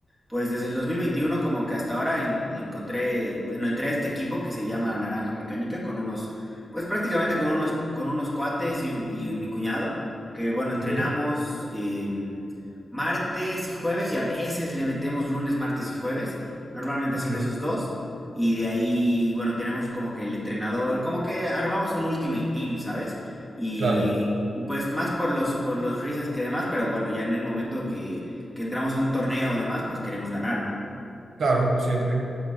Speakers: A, in the centre; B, on the right.
A: Pues desde el 2021 como que hasta ahora en- encontré, bueno, entré a este equipo que se llama Naranja Mecánica con unos, pues prácticamente con unos, con unos cuates y, un- y mi cuñado, que bueno, entrenamos
B: Ok,
A: em, martes y jueves y a veces le metemos lunes, martes y jueves. Normalmente
B: ok.
A: son esos dos. Y de ahí, bueno, tenemos como que el entrenador, como que armamos un ultimate team, ¿sabes? Y,
B: Claro,
A: y pues más por los, por los risas que demás, pero bueno, ya en el momento que, que entramos a un torneo o demás, pues queremos ganar, ¿no?
B: claro, siempre,